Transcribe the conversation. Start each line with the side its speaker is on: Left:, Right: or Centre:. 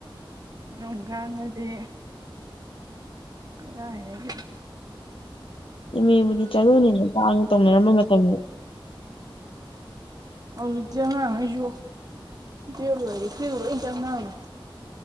Right: ꯑꯗꯨꯝ ꯀꯥꯟ ꯃꫭꯏꯗꯤ ꯀꯔꯥꯏꯗꯒꯤ
Left: ꯏꯃꯦꯕꯨꯗꯤ ꯆꯠꯂꯨꯅꯤꯅ ꯄꯥꯛꯅ ꯇꯧꯅꯔꯝꯕ ꯃꯇꯝꯗ
Right: ꯍꯧꯖꯤꯛ ꯇꯤ ꯑꯅꯥꯡ ꯀꯩꯁꯨ ꯇꯣꯌꯦꯞ ꯂꯣꯏꯔꯗꯤ ꯂꯣꯏ ꯆꯅꯅꯈꯔ꯭ꯦ꯫